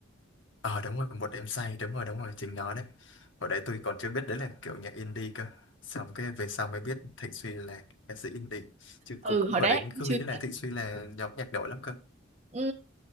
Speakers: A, on the left; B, on the right.
A: ờ đúng rồi một đêm say đúng rồi đúng rồi chính nó đấy hồi đấy tôi còn chưa biết đấy là kiểu nhạc indie cơ xong cái về sau mới biết Thịnh Suy là ca sĩ indie chứ
B: ừ
A: cũng
B: hồi
A: hồi
B: đó
A: đấy
B: em
A: cứ
B: chưa
A: nghĩ là
B: biết
A: Thịnh Suy là nhóm nhạc nổi lắm cơ
B: ừ.